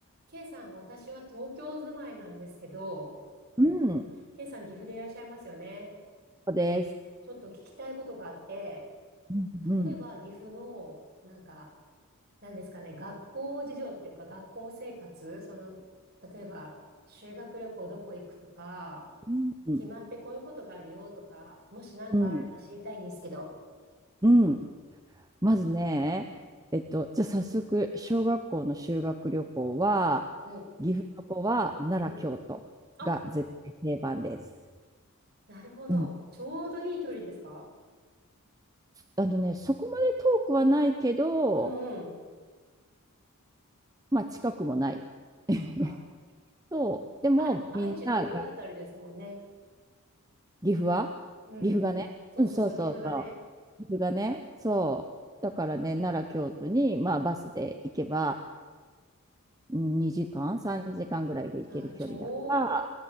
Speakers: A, on the right; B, on the right.
A: K さん、私は東京住まいなんですけど、
B: うん。
A: K さん、岐阜でいらっしゃいますよね。
B: そうです。
A: ちょっと聞きたいことがあって、
B: うん、
A: 例えば岐阜の、
B: う
A: なんか、なんですかね、学校事情っていうか、学校生活、その、例えば、修学旅行どこ行くとか、
B: ん、うん、
A: 決まってこういうことがあるよとか、もし何かあれば知りたいんですけど。
B: うん。うんまずね、えっと、じゃあ早速、小学校の修学旅行は、
A: お、
B: 岐阜の子は奈良、
A: うん。
B: 京都が絶対定番です。
A: あ、なるほど。
B: うん。
A: ちょうどいい距離ですか
B: あのね、そこまで遠くはないけど、
A: うんうん。
B: まあ近くもない。
A: そっか。
B: <laughs> そう。でも、
A: あ、愛知の上あたりですもんね。
B: みんなが、岐阜は岐阜がね、
A: うん。そうそうそう、
B: うん、そうそうそ
A: 岐阜がね。
B: う。岐阜がね、そう。だからね、奈良、京都に、まあバスで行けば、うん2時間、3時間ぐらいで行ける距離だから、
A: ああ、ちょうど